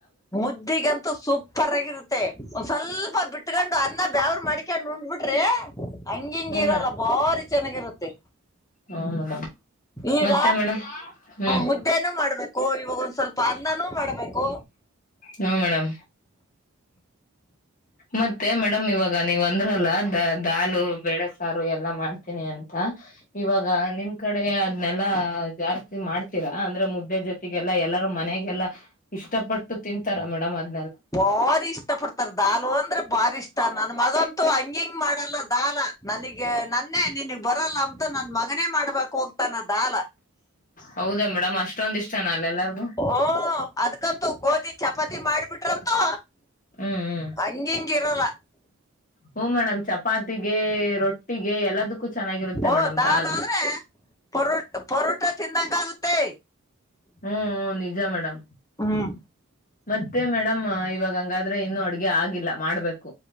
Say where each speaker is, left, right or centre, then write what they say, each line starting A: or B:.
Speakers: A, on the left (about 15°); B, on the left (about 40°).
A: ಮುದ್ದಿಗಂತೂ ಸೂಪರ್ ಆಗಿರುತ್ತೆ ಒಂದ ಸ್ವಲ್ಪ ಬಿಟ್ಕೊಂಡು ಅನ್ನ ಬೇವ್ರ ಮಾಡ್ಕೊಂಡು ಉಂಡ್. ಟ್ರೇ. ಹಂಗ್ ಹಿಂಗ್
B: ಹ್ಮ
A: ಇರಲ್ಲ ಬಾರಿ. ಚೆನ್ನಾಗಿರುತ್ತೆ.
B: ಹಾ ಮೇಡಮ್.
A: ಈಗ
B: ಮತ್ತೆ ಮೇಡಮ್ ಹ್ಮ್
A: ಮುದ್ದೆನೂ ಮಾಡ್ಬೇಕು ಇವಾಗ ಒಂದ್ ಸ್ವಲ್ಪ ಅನ್ನನೂ ಮಾಡ್ಬೇಕು.
B: ಹ್ಮ ಮೇಡಮ್ ಮತ್ತೆ ಮೇಡಮ್ ಇವಾಗ ನೀವ್ ಅಂದ್ರಲ್ಲ ದ ದಾಲು ಬೆೇಳೆಸಾರು ಎಲ್ಲಾ ಮಾಡ್ತೀನಿ ಅಂತ. ತ ಇವಾಗ ನಿಮ. ಕಡೆ ಅದ್ನೆಲ್ಲಾ ಜಾಸ್ತಿ ಮಾಡ್ತೀರಾ ಅಂದ್ರೆ ಮುದ್ದೆ ಜೊತೆಗೆಲ್ಲಾ ಎಲ್ಲರೂ ಮನೆಗೆಲ್ಲಾ ಇಷ್ಟಪಟ್ಟು ತಿಂತಾರ ಮೇಡಮ್ ಅದ
A: ಬಾರಿ ಇಷ್ಟ ಪಡ್ತಾರ. ದಾಲು ಅಂದ್ರೆ ಬಾರಿಷ್ಟ ನನ್ ಮಗಂತು ಹಂಗ ಹಿಂಗ ಮಾಡಲ್ಲಾ. ದಾಲ. ನನಗ ನನ್ನೇ ನಿನಗ್ ಬರಲ್ಲ ಅಂತ ನನ್ ಮಗನೇ ಮಾಡ್ಬೇಕ್ ಹೋಗ್ತಾನ ದಾಲ.
B: ಹೌದಾ <unintelligible> ಎಲ್ಲಾರ್ಗು
A: ಓ ಅದ್ಕಂತೂ ಗೋಧಿ ಚಪಾ ತ್ತಿ ಮಾಡ್ಬಿಟ್ರಂತು.
B: ಹ್ಮ್ ಹ್ಮ್
A: ಹಂಗ್ ಹಿಂಗ್ ಇರಲ್ಲ.
B: ಹ್ಮ ಮೇಡಮ್ ಚಪಾತಿಗೆ ರೊಟ್ಟಿಗೆ ಎಲ್ಲದಕ್ಕೂ ಚೆನ್ನಾಗಿರುತ್ತೆ
A: ಓ
B: ಮೇಡಮ್
A: ದಾಲ್
B: ದಾಲು
A: ಅಂದ್ರೆ ಪರೋಟ್ ಪರೋಟ ತಿಂದಂಗ ಆಗುತ್ತೆ.
B: ಹ್ಮ್ಹೂ ನಿಜ ಮೇಡಮ್
A: ಹ್ಮ್
B: ಮತ್ತೆ ಮೇಡಮ್ ಇವಾಗ. ಹಂಗಾದ್ರೆ ಇನ್ನುೂ ಅಡುಗೆ ಆಗಿಲ್ಲ. ಮಾಡ್ಬೇಕು